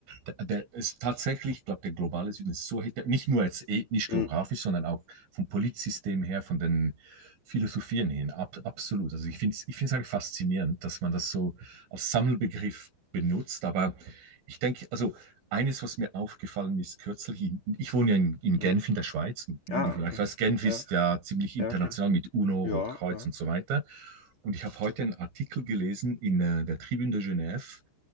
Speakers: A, on the right; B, on the left.
A: Der, der ist tatsächlich, ich glaube, der globale Süden ist so heter, nicht nur jetzt ethnisch, geografisch,
B: Mm,
A: sondern auch vom Politsystem her, von den Philosophien hin. Ab, absolut. Also ich finde es ich finde es eigentlich faszinierend, dass man das so als Sammelbegriff benutzt. Aber ich denke, also eines, was mir aufgefallen ist, kürzlich, in, ich wohne ja in, in
B: mm.
A: Genf in der Schweiz, und wie
B: Ah,
A: du vielleicht
B: okay.
A: weißt, Genf
B: Ja,
A: ist ja ziemlich international
B: ja, kenn.
A: mit UNO,
B: ich.
A: Rotkreuz
B: Ja, ja.
A: und so weiter. Und ich habe heute einen Artikel gelesen in äh, der Tribune de Genève,